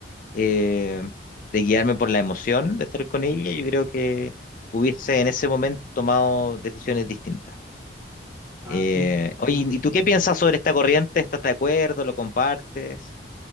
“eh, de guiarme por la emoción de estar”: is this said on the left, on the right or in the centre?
Left